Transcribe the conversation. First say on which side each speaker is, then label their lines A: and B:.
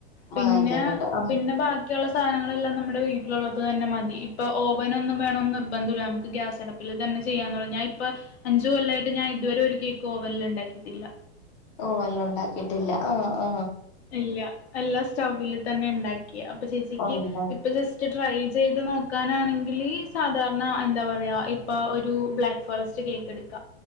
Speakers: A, on the left; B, on the left.
A: പിന്നെ
B: വാങ്ങിക്കാൻ കിട്ടും ആഹ്
A: പിന്നെ ബാക്കിയുള്ള സാധനങ്ങളെല്ലാം നമ്മുടെ വീട്ടിലുള്ളത് തന്നെ മതി ഇപ്പൊ ഓവനൊന്നും വേണമന്ന് നിർബന്ധമില്ല നമുക്ക് ഗ്യാസടപ്പിൽ തന്നെ ചെയ്യാന്ന് പറഞ്ഞാൽ ഇപ്പം അഞ്ചു കൊല്ലയി ഞാൻ ഇതുവരെ ഒരു കേക്ക് ഓവനിൽ ഉണ്ടാക്കിട്ടില്ല
B: ഓവനിൽ ഉണ്ടാക്കിട്ടില്ല ആ ആ
A: ഇല്ല എല്ലാ സ്റ്റൗവില് തന്നെ ഉണ്ടാ അപ്പൊ ചേച്ചിക്ക്
B: ആഹ് ഉണ്ടാ
A: ഇപ്പ ജസ്റ്റ് ട്രൈ ചെയ്ത് നോക്കാനാണെങ്കിൽ സാധാരണ എന്താ പറയാ ഇപ്പൊ ഒരു ബ്ലാക്ക് ഫോറസ്റ്റ് കേക്ക് എട്ക്കാ